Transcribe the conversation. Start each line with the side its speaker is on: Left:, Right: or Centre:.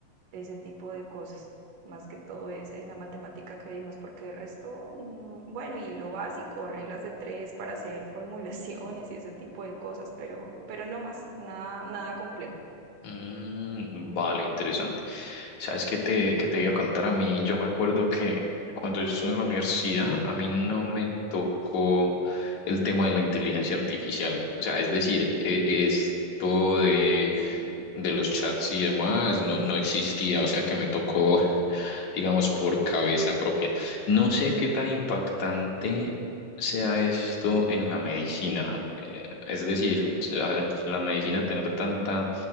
Right: ese tipo de cosas. Más que todo es, es la matemática que vimos, porque el resto, mm, bueno, y lo básico, reglas de tres para hacer formulaciones y ese tipo de cosas, pero, pero no más, nada, nada complejo,
Left: Mm, vale, interesante. ¿Sabes qué te, qué te iba a contar a mí? Yo me acuerdo que cuando yo estuve en la universidad, a mí no me tocó el tema de la inteligencia artificial. O sea, es decir, e- esto de,
Right: ¿sí?
Left: de los chats y demás no, no existía. O sea, que me tocó, <laughs> digamos, por cabeza propia. No sé qué tan impactante sea esto en la medicina. Eh, es decir, la la medicina tener tanta